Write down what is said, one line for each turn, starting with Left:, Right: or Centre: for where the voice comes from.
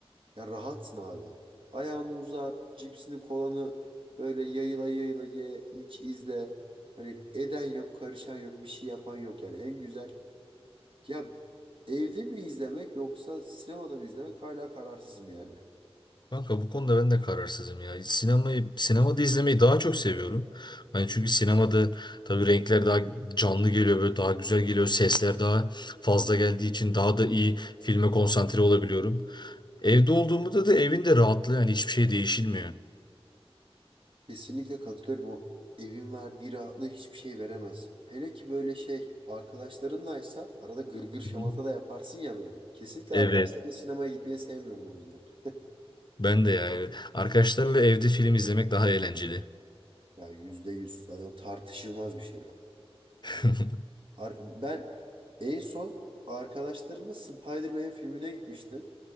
Right: Ya rahatsın abi. Ayağını uzat, cipsini kolanı böyle yayıla yayıla ye, iç, izle. Hani eden yok, karışan yok, bir şey yapan yok yani. En güzel. Ya evde mi izlemek yoksa sinemada mı izlemek hala kararsızım yani.
Left: Kanka bu konuda ben de kararsızım ya. Sinemayı, sinemada izlemeyi daha çok seviyorum. Hani çünkü sinemada tabii renkler daha canlı geliyor, böyle daha güzel geliyor. Sesler daha fazla geldiği için daha da iyi filme konsantre olabiliyorum. Evde olduğumda da evin de rahatlığı yani hiçbir şey değişilmiyor.
Right: Kesinlikle katılıyorum. O evin verdiği rahatlığı hiçbir şey veremez. Hele ki böyle şey arkadaşlarınlaysa arada gırgır şamata
Left: Hı hı.
Right: da yaparsın ya böyle. Kesinlikle
Left: Evet.
Right: arkadaşlarımla sinemaya gitmeyi sevmiyorum o yüzden. <laughs>
Left: Ben de yani arkadaşlarla evde film izlemek daha eğlenceli.
Right: Ya yüzde yüz. Zaten tartışılmaz bir şey o.
Left: <laughs>
Right: Yani Ar- Ben en son arkadaşlarımla Spider-Man filmine gitmiştim.